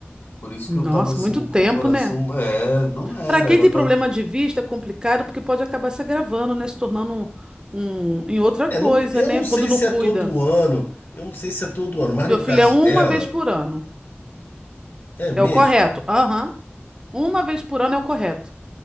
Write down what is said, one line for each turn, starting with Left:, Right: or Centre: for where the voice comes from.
Left: Por isso
Right: Nossa,
Left: que eu tava assim,
Right: muito tempo,
Left: com o coração.
Right: né?
Left: É, não era,
Right: Para quem
Left: era
Right: tem
Left: pra.
Right: problema de vista, é complicado porque pode acabar se agravando, né? Se tornando um, um- em outra coisa,
Left: É, não- eu
Right: né?
Left: não
Right: Quando
Left: sei
Right: não
Left: se
Right: cuida.
Left: é todo ano, eu não sei se é todo ano, mas
Right: Meu
Left: no
Right: filho
Left: caso
Right: é uma
Left: dela,
Right: vez por ano.
Left: é mesmo.
Right: É o correto. Aham. Uma vez por ano é o correto.